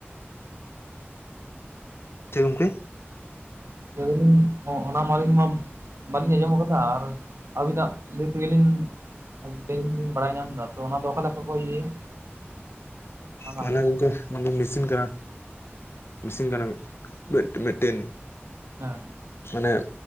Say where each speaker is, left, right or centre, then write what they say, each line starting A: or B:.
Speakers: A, on the left; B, on the right.
A: ᱪᱮᱫ? ᱜᱚᱝᱠᱮ!
B: <unintelligible> ᱚᱱᱟ ᱢᱟ, ᱟᱹᱞᱤᱧ ᱢᱟ ᱵᱟᱹᱞᱤᱧ ᱟᱸᱡᱚᱢ ᱟᱠᱟᱫᱟ, ᱟᱨ ᱟᱹᱵᱤᱱᱟᱜ ᱞᱟᱹᱭ ᱛᱮᱜᱮ, ᱞᱤᱧ ᱛᱮᱦᱮᱧ, ᱤᱧ ᱵᱟᱲᱟᱭ ᱧᱟᱢ ᱮᱫᱟ, ᱛᱚ, ᱚᱱᱟ ᱫᱚ, ᱚᱠᱟ ᱞᱮᱠᱟ ᱠᱚ, ᱤᱭᱟᱹᱭᱟ? ᱚᱱᱟ ᱨᱮᱱᱟᱜ
A: ᱢᱟᱱᱮ, ᱜᱚᱢᱠᱮ ᱢᱟᱱᱮ ᱢᱮᱥᱤᱱ ᱠᱟᱱᱟ, ᱢᱮᱥᱤᱱ ᱠᱟᱱᱟ, ᱢᱤᱛ ᱢᱤᱫᱴᱮᱱ।
B: ᱦᱟᱸ।
A: ᱢᱟᱱᱮ